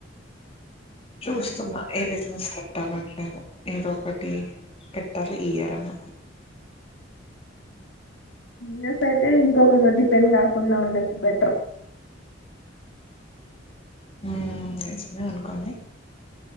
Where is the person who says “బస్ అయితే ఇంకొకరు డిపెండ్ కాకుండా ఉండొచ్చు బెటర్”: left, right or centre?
Left